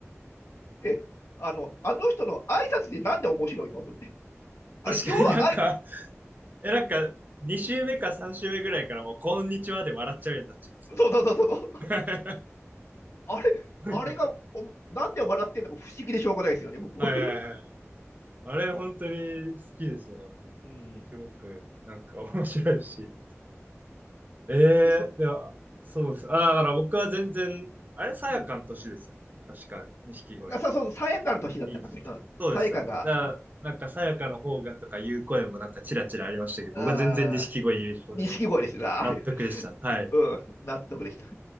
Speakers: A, on the left; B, on the right.
A: で、あの、あの人の挨拶でなんで面白いのと思って。
B: 確かになんか
A: あれ、要は、あい、
B: え、なんか、2週目か3週目ぐらいからもう、こんにちはで笑っちゃうようになっちゃうんですよ。
A: そうそうそうそう。
B: <laughs>
A: あれ、
B: なんか
A: あれがおも、なんで笑ってんのか不思議でしょうがないですよね、僕は。
B: はいはいはい。あれ、本当に好きですね。
A: うん。
B: すごく、なんか面白いし。えー、
A: で、そ、
B: では、そうです。あ、だから僕は全然、あれ、さやかの年ですよね。
A: うん。
B: 確か、錦鯉
A: なさそうそう、さやかの年だったかね。
B: にいて時って。
A: うん。
B: そうですよね。
A: さやかが、
B: だから、なんかさやかの方がとかいう声もなんかチラチラありましたけど、僕は全然錦鯉優勝で
A: ああ、錦鯉ですが、あれ。
B: 納得でしたね。はい。
A: うん、納得でした。